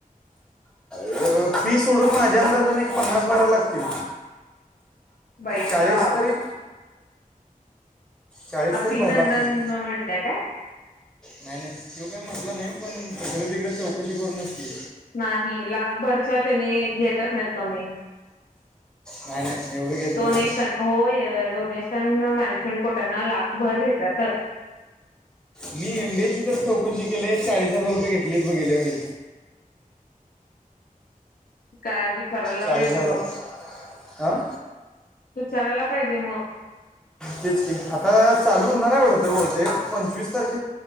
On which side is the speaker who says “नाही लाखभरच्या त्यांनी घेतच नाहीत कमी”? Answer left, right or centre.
Left